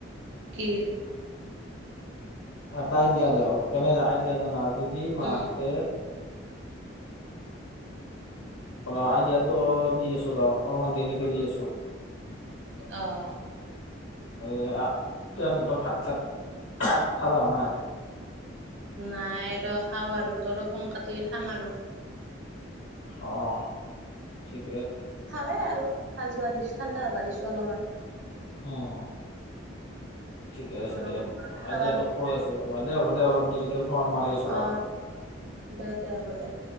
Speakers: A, on the right; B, on the left.
A: কি
B: এটা দিয়া দে হক কে <unintelligible> আই দিয়া জানা যদি মাহঁতে
A: উম
B: ৰ আইডিয়াটো দি আছো ৰ অলপমান দেৰিকে দি আছো
A: অহ
B: এয়া এতিয়া তহঁতৰ ভাত চাত খাবা নাই
A: নাই ৰ খাওঁ আৰু তোৰ ফোন কাটলি খাম আৰু
B: অহ ঠিক
A: খাৱে আৰু সাজ যোৱা দিছো ঠাণ্ডা হবা দিছো অলপমান
B: অহ ঠিকে আছে
A: গৰম
B: দে
A: গৰমে
B: আইডিয়াতো
A: খাবা নোৱাৰি
B: কৈ আছো ৰ দে হ'ব দে অলপ দেৰি এতিয়া ফোন মাৰি আছো
A: অ
B: ৰ
A: দে দে হ'ব দে